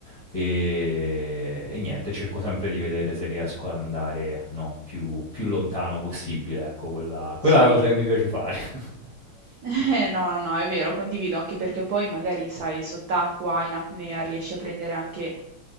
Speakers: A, on the left (about 40°); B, on the right (about 85°).
A: e, e niente, cerco sempre di vedere se riesco ad andare, no, più, più lontano possibile, ecco, quella, quella
B: Sì.
A: è la cosa che mi piace fare. <laughs>
B: Eh, no, no, no, è vero, condivido, anche perché poi magari, sai, sott'acqua, in apnea, riesci a prendere anche,